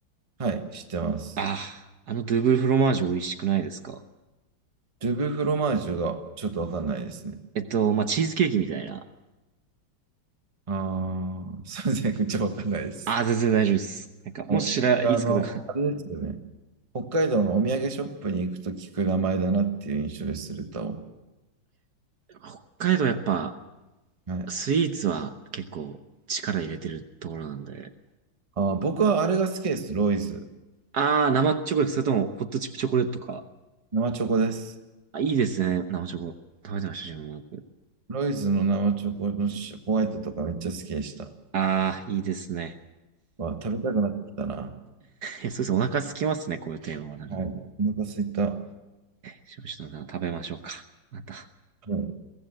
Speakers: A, on the right (about 20°); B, on the right (about 60°).
A: はい、知ってます。
B: ああ、あのドゥーブルフロマージュ美味しくないですか
A: ドゥブフロマージュがちょっとわかんないですね。
B: えっと、まあ、チーズケーキみたいな。
A: ああ、すいません、ちょっとわかんないです。
B: ああ、全然大丈夫です。なんか、もしら、
A: はい。あの、
B: いつかとか、
A: あれですよね。北海道のお土産ショップに行くと聞く名前だなっていう印象ですると。
B: 北海道やっぱ、
A: はい
B: スイーツは結構力入れてるところなんで。
A: あー、僕はあれが好きです。ロイズ。
B: ああ、生チョコレート、それとも、ポットチップチョコレートとか。
A: 生チョコです。
B: あ、いいですね、生チョコ。食べてました、自分もよく。
A: ロイズの生チョコのシホワイトとかめっちゃ好きでした。
B: ああ、いいですね。
A: わ、食べたくなってきたな。
B: いや、そうですね。お腹空きますね。こういうテーマはなかなか。
A: はい。お腹すいた。は
B: 少々の方食べましょうか。また。
A: い